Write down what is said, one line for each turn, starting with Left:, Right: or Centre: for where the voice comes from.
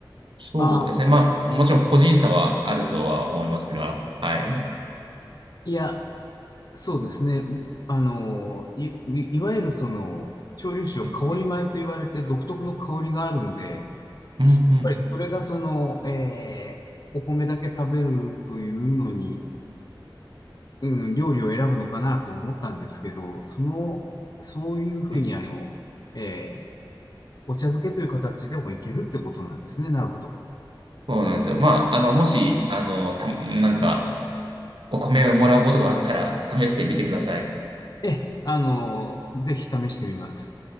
Right: そうですね。
Left: ああ、
Right: まあ、もちろん個人差はあるとは思いますが、はい。
Left: いや、そうですね。あの、い、いいわゆるその、蒸留酒は香り米と言われて独特の香りがあるんで、
Right: はい、うん、うん。
Left: ぱりそれがその、えーお米だけ食べるというのに、うん、料理を選ぶのかなと思ったんですけど、その、そういうふうにあの、
Right: はい。
Left: えーお茶漬けという形でもいけるってことなんですね。なるほど。
Right: そうなんですよ。まあ、あの、もし、あの、た、なんか、お米をもらうことがあったら、試してみてください。
Left: ええ、あの、ぜひ試してみます。